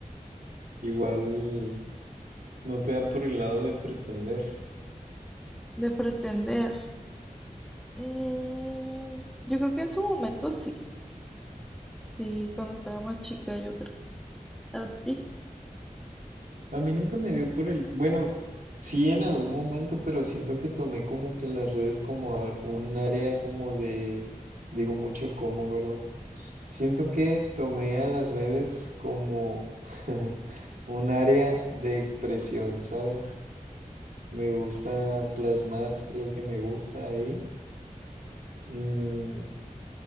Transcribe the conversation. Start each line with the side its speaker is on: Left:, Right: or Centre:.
Right: Igual no te dan por el lado de pretender.
Centre: De pretender. Mm, yo creo que en su momento sí. Sí, cuando estaba más chica, yo creo. ¿A ti?
Right: A mí nunca me dio por el, bueno, sí en algún momento, pero siento que tomé como que las redes como a- un área como de, digo mucho como, ¿verdad? Siento que tomé a las redes como <laughs> un área de expresión, ¿sabes? Me gusta plasmar lo que me gusta ahí, mm,